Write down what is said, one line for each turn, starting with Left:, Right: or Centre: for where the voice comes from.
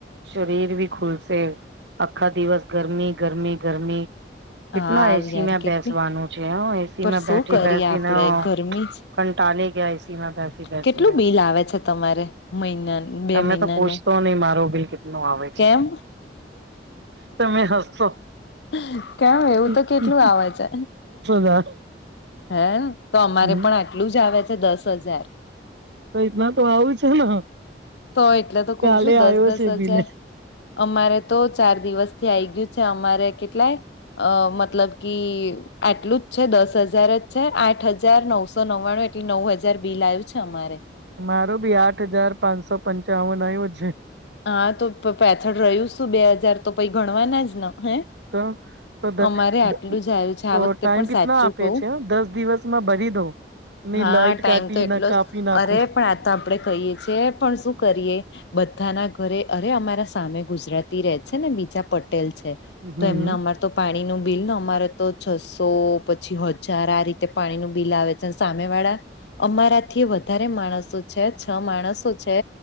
Right: શરીર ભી ખુલસે, આખા દિવસ ગરમી, ગરમી, ગરમી.
Left: <inaudible>
Right: કેટલા એ સીમાં
Left: યાર
Right: બેસવાનું
Left: કેટલી
Right: છે, હા એ સી
Left: પર
Right: માં
Left: શું
Right: બેઠી
Left: કરીએ
Right: બેસીને
Left: આપડે
Right: અહ
Left: ગરમી
Right: કંટાલી ગયા એ સીમાં બેસી-બેસી
Left: કેટલું
Right: ને.
Left: બિલ આવે છે તમારે મહિના બે
Right: તમે
Left: મહિનાનું,
Right: તો પૂછતો નહી મારો બિલ કેટલો આવે
Left: કેમ?
Right: છે તમે હસશો
Left: <inaudible> કેવું એવું
Right: દસ
Left: તો કેટલુંય આવે છે,
Right: હજાર
Left: હે તો અમારે
Right: હમ
Left: પણ આટલું જ આવે છે દસ હજાર
Right: તો એના તો આવું છે ને
Left: તો એટલે તો
Right: કાલે
Left: કઉ છું
Right: આવ્યો
Left: દસ દસ
Right: છે બિલે
Left: હજાર અમારે તો ચાર દિવસથી આઈ ગયું છે અમારે કેટલાય અ મતલબ કે આટલું જ છે દસ હજાર જ છે, આઠ હજાર નવસો નવ્વાણું એટલે નવ હજાર બિલ આવ્યું છે અમારે
Right: મારો બી આઠ હજાર પાંચસો પંચાવન આવું છે.
Left: હા તો પાછળ રહ્યું શું બે હજાર તો પહી ગણવાના જ હે
Right: તો તો
Left: અમારે
Right: તો
Left: આટલું જ આવ્યું છે આ વખતે
Right: ટાઈમ
Left: પણ સાચું
Right: કેટલા આપે
Left: કવ
Right: છે દસ દિવસમાં ભરી દઉં નહી
Left: હા
Right: લાઈટ
Left: ટાઈમ
Right: કાટી
Left: તો એટલો
Right: ના કાપી
Left: જ
Right: નાખો
Left: અરે પણ આ આપડે કહીએ છી પણ શું કરીએ બધાના અરે અરે અમારા સામે ગુજરાતી રે છે ને બીજા પટેલ છે
Right: હમ
Left: તો
Right: હમ
Left: એમને અમાર તો પાણી નું બિલ ને અમારે તો છસો પછી હજાર આ રીતે પાણી નું બિલ આવે સામે વાળા અમારા થી વધારે માણસો છે, છ માણસો છે.